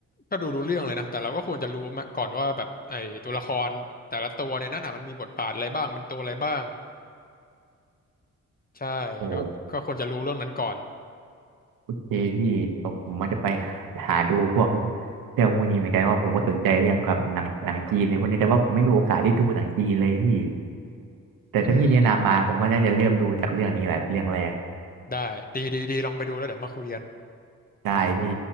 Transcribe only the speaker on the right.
โอ้โพี่พี่ผมว่าจะไปหาดูพวกเรื่องพวกนี้เหมือนกันว่าผมก็สนใจเรื่องกับหนังหนังจีนในพวกนี้แต่ว่าผมไม่มีโอกาสได้ดูหนังจีนเลยพี่แต่ถ้าพี่แนะนำมาผมว่าน่าจะเริ่มดูจากเรื่องนี้แหละเป็นเรื่องแรก
ได้พี่